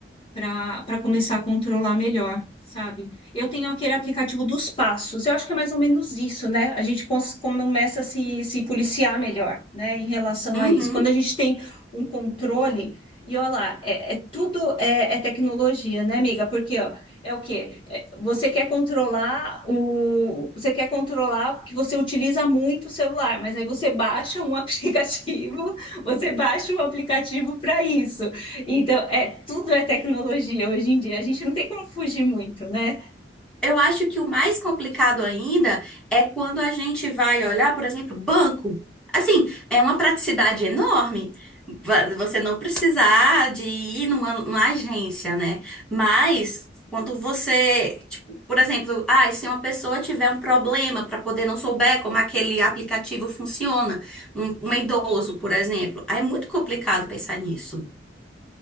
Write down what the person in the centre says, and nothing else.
Uhum.
Eu acho que o mais complicado ainda é quando a gente vai olhar, por exemplo, banco. Assim, é uma praticidade enorme. Va- Você não precisar de ir numa, numa agência, né? Mas quando você, tipo, por exemplo, ah, se uma pessoa tiver um problema para poder não souber como aquele aplicativo funciona, um, um idoso, por exemplo, aí é muito complicado pensar nisso.